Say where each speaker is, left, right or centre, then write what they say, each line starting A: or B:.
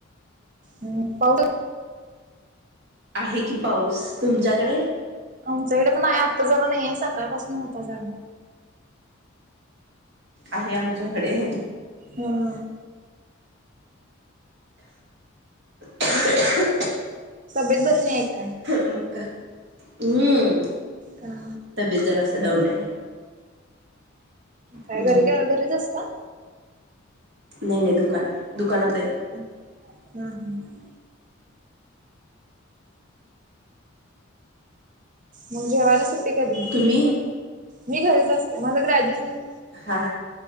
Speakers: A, on the right; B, on the right.
A: हम्म, पाऊस
B: आहे की पाऊस, तुमच्याकडे?
A: आमच्याकडे पण आहे आत्ता जरा नाही आहे सकाळपासून होता जरा.
B: आहे आमच्याकडे.
A: हम्म.
B: ह
A: तब्येत बरी नाही काय?
B: मक्का हम्म
A: का
B: तब्येत जरास डाऊन आहे.
A: काय
B: हम्
A: घरी काय घरीच असता
B: नाही नाही दुकान आहे दुकानात आहे.
A: हम्म मग जेवायलाच सुट्टी कधी
B: तुम्ही
A: मी घरीच असते माझं ग्रॅज्युएशन
B: हा